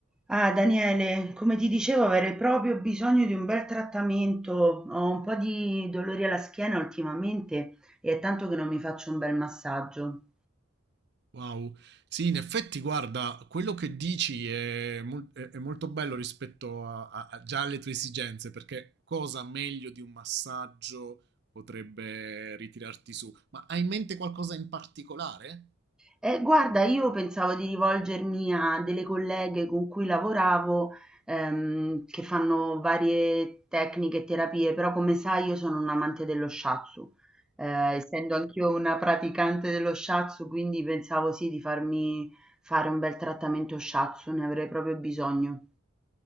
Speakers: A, in the centre; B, on the right (about 50°).
A: Ah, Daniele, come ti dicevo, avrei proprio bisogno di un bel trattamento. Ho un po' di dolori alla schiena ultimamente e è tanto che non mi faccio un bel massaggio.
B: Wow, sì, in effetti, guarda, quello che dici è, mol- è- è molto bello rispetto a, a- a- già alle tue esigenze, perché cosa meglio di un massaggio potrebbe ritirarti su? Ma hai in mente qualcosa in particolare?
A: Eh, guarda, io pensavo di rivolgermi a delle colleghe con cui lavoravo, ehm, che fanno varie tecniche e terapie, però come sai io sono un amante dello shiatsu. Eh, essendo anch'io una praticante dello shiatsu, quindi pensavo sì di farmi fare un bel trattamento shiatsu, ne avrei proprio bisogno.